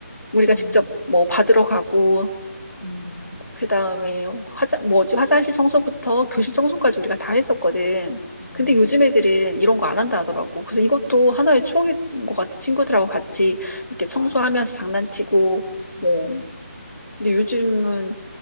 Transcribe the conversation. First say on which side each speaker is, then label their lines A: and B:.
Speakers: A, on the left; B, on the left.
A: 우리가
B: 음,
A: 직접 뭐 받으러 가고
B: 음,
A: 그 다음에 화장 뭐지 화장실 청소부터 교실 청소까지 우리가 다 했었거든.
B: 음,
A: 근데 요즘 애들은 이런 거 안 한다 하더라고. 그래서 이것도 하나의 추억인 것 같아. 친구들하고 같이 이렇게 청소하면서
B: 맞아.
A: 장난치고
B: 음,
A: 뭐. 근데 요즘은